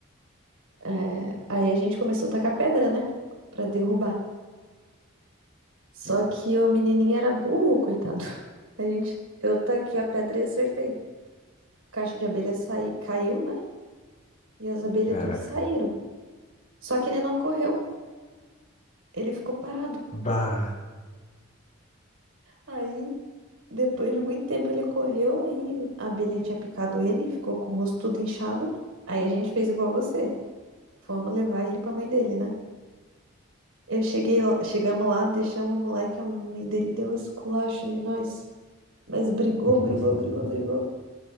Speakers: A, on the right (about 85°); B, on the left (about 35°).
A: É, Aí a gente começou a tacar pedra, né? Pra derrubar. Só que o menininho era burro, coitado. A gente, eu taquei a pedra e acertei. Caixa de abelha saí, caiu, né? E as abelhas
B: Caraca.
A: tudo saíram. Só que ele não correu, ele ficou parado.
B: Bah.
A: Aí, depois de muito tempo, ele correu, aí a abelha tinha picado ele, ficou com o rosto tudo inchado. Aí a gente fez igual você. Fomos levar ele pra mãe dele, né? Eu cheguei, lá- chegamos lá, deixamos o moleque, a mãe dele deu um esculacho em nós. Mas brigou,
B: <laughs>
A: brigou, brigou, brigou.